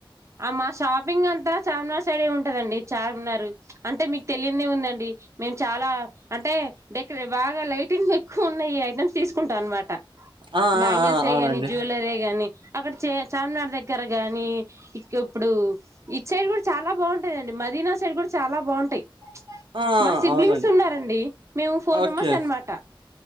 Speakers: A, on the right; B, on the right.
A: ఆ మా షాపింగ్ అంతా చార్మినార్ సైడే ఉంటదండి చార్మినార్ అంటే మీకు తెలియందేముందండి మేము చాలా అంటే డెకరే బాగా లైటింగ్ ఎక్కువ ఉన్నాయి ఐటమ్స్ తీసుకుంటాం అనమాట
B: ఆ
A: బ్యాంగిల్సే
B: ఆ ఆ అవునండి
A: గాని జ్యువెలరీ గాని అక్కడ చే చార్మినార్ దగ్గర గాని ఇప్పుడు ఇటు సైడ్ కూడా చాలా బాగుంటాందండి మదీనా సైడ్ కూడా చాలా బావుంటాయ్
B: ఆ
A: మా సిబ్లింగ్స్
B: అవునండి
A: ఉన్నారండి మేము ఫోర్
B: ఓకే
A: మెంబర్స్ అనమాట